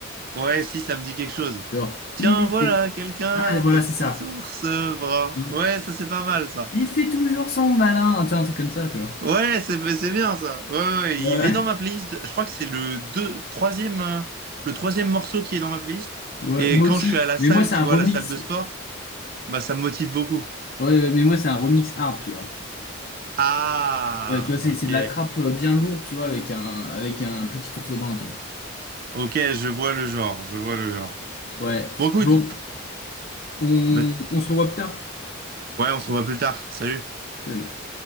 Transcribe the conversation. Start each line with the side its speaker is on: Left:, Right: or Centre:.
Right: Ouais, si, ça me dit quelque chose.
Left: Genre,
Right: Tiens,
Left: il était.
Right: voilà, quelqu'un,
Left: Ah, voilà,
Right: petit
Left: c'est ça.
Right: ours brun.
Left: Hein
Right: Ouais, ça c'est pas mal ça.
Left: Il fait toujours son malin, tu vois, un truc comme ça, tu vois.
Right: Ouais, c'est c'est bien ça. Ouais, ouais, ouais,
Left: Voilà.
Right: il est dans ma playlist. Je crois que c'est le deux, troisième, euh, le troisième morceau qui est dans ma playlist.
Left: Ouais,
Right: Et
Left: moi
Right: quand
Left: aussi.
Right: je suis à la
Left: Mais
Right: salle,
Left: moi, c'est
Right: tu
Left: un
Right: vois,
Left: remix.
Right: la salle de sport, bah ça me motive beaucoup.
Left: Ouais, ouais, mais moi, c'est un remix hard, tu vois.
Right: Ah,
Left: Ouais, tu vois, c'est
Right: ok.
Left: c'est de la trappe euh, bien lourde, tu vois, avec un, avec un petit ours brun, tu vois.
Right: Ok, je vois le genre, je vois le genre.
Left: Ouais.
Right: Bon, écoute,
Left: Bon, on,
Right: bah,
Left: on se revoit plus tard.
Right: ouais, on se revoit plus tard. Salut.
Left: Salut.